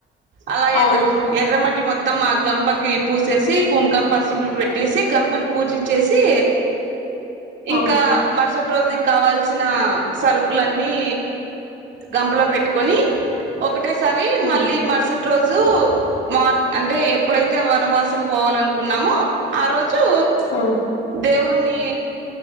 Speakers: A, on the right; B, on the left.
A: అలా
B: అవును
A: ఎర్ర ఎర్ర మట్టి మొత్త మొత్తం గంపకి పూసేసి కుంకం పసుపు పెట్టేసి గంపని పూజించేసి
B: ఆ
A: ఇంకా మరుసటి రోజుకి కావాల్సిన సరుకులన్నీ గంపలో పెట్టుకొని ఒకటేసారి
B: ఉమ్
A: మళ్ళీ మరుసటి రోజు మార్ అంటే ఎప్పుడైతే వనమాసం పోవాలినుకు కున్నాము ఆ రో జు
B: ఉమ్
A: దేవున్ నీ